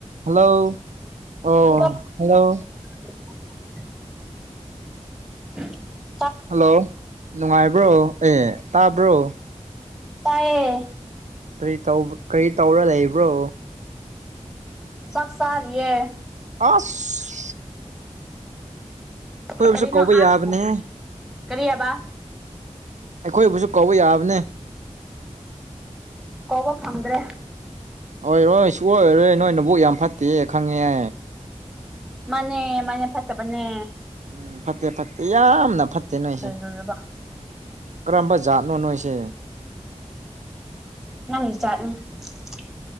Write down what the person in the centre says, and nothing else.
hello
<unintelligible>
ꯇꯥꯏꯌꯦ
ꯆꯥꯛ ꯆꯥꯔꯤꯌꯦ
ꯀꯔꯤꯅꯣ
ꯑꯁ ꯀꯔꯤ ꯍꯥꯏꯕ
ꯀꯧꯕ ꯐꯪꯗ꯭ꯔꯦ
ꯃꯥꯅꯦ ꯃꯥꯅꯦ ꯐꯠꯇꯕꯅꯦ
ꯀꯩꯅꯣꯅꯦꯕ
ꯅꯪ ꯖꯥꯠꯅꯦ <inaudible>